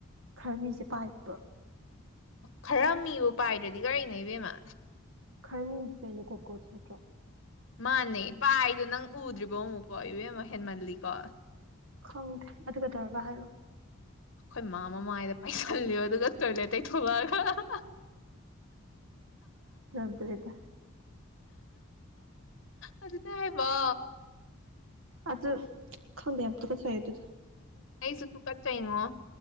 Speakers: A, on the right; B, on the left.
A: ꯈꯔ ꯃꯤꯁꯦ ꯄꯥꯏꯄ
B: ꯈꯔ ꯃꯤꯕꯨ ꯄꯥꯏꯗ꯭ꯔꯗꯤ ꯀꯒꯥꯔꯤ ꯅ ꯏꯕꯦꯝꯃ
A: ꯈꯔꯃꯤꯗꯤ ꯀꯩꯅꯣ ꯀꯣꯀ꯭ꯔꯣꯁ ꯅꯠꯇ꯭ꯔꯣ
B: ꯃꯥꯅꯦ ꯄꯥꯏꯗꯣ ꯅꯪ ꯎꯗ꯭ꯔꯤꯕꯣ ꯑꯃꯨꯛꯀꯣ ꯏꯕꯦꯝ ꯑꯃ ꯍꯦꯟꯃꯜꯂꯤꯀꯣ
A: ꯈꯪꯗ꯭ꯔꯦ ꯑꯗꯨꯒ ꯀꯩꯗꯧꯔꯕ ꯍꯥꯏꯔꯛꯑꯣ
B: ꯑꯩꯈꯣꯏ ꯃꯥ ꯃꯃꯥꯏꯗ ꯄꯩꯁꯜꯂꯤꯣ ꯑꯗꯨꯒ ꯇꯣꯏꯂꯦꯠ ꯇꯩ ꯊꯣꯛꯣꯂꯛꯑꯒ
A: ꯅꯣꯡꯗ꯭ꯔꯦꯗ
B: ꯑꯗꯨ ꯇꯥꯏ ꯋꯥ
A: ꯑꯖ ꯈꯪꯗꯦ ꯌꯥꯝꯝ ꯇ ꯀꯁ ꯑꯗꯨꯗ
B: ꯑꯩꯁꯨꯛꯇ ꯀꯠꯥꯏꯉꯣ